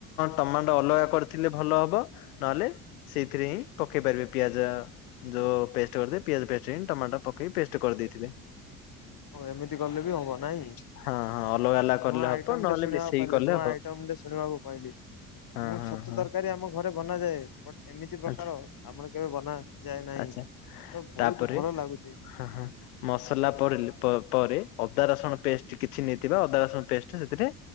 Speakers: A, on the left (about 80°); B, on the left (about 50°).
A: ଟମାଟୋ ଅଲଗା କରିଥିଲେ ଭଲ ହବ। ନଲେ ସେଇଥିରେ ହିଁ ପକେଇ ପାରିବେ ପିଆଜ। ଯୋଉ ପେଷ୍ଟ କରିଦେ ପିଆଜ ପେଷ୍ଟ ହିଁ ଟମାଟୋ ପକେଇ ପେଷ୍ଟ କରିଦେଇଥିବେ।
B: ଓ ଏମିତି କଲେ ବି ହବ ନାଇଁ।
A: ହଁ ହଁ ଅଲଗା
B: ନୂଆ
A: କଲେ
B: ଆଇଟମ୍
A: ହବ ନହେଲେ
B: ଟେ ଶୁଣିବାକୁ
A: ମିଶେଇକି
B: ପାରିଲେନି।
A: କଲେ
B: ନୂଆ
A: ହବ
B: ଆଇଟମ୍ ଟେ ଶୁଣିବାକୁ ପାଇଲି।
A: ହଁ
B: ମୁଁ
A: ହଁ
B: ଛତୁ
A: ହଁ
B: ତରକାରୀ ଆମ ଘରେ ବନାଯାଏ। ଵଟ୍ ଏମିତି ପ୍ରକାର
A: ଆଚ୍ଛା
B: ଆମର କେବେ ବନା ଯାଏ ନାହିଁ।
A: ଆଚ୍ଛା
B: ତ ବହୁତ
A: ତାପରେ
B: ଭଲ ଲାଗୁଚି।
A: ହଁ ହଁ। ମସଲା ପରିଲେ ପରେ ଅଦା ରସୁଣ ପେଷ୍ଟ କିଛି ନେଇଥିବା ଅଦା ରସୁଣ ପେଷ୍ଟ ସେଥିରେ